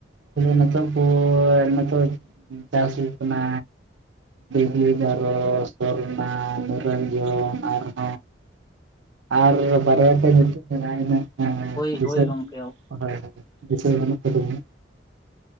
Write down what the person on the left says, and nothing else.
ᱦᱳᱭ
ᱦᱳᱭ ᱜᱚᱝᱠᱮ᱾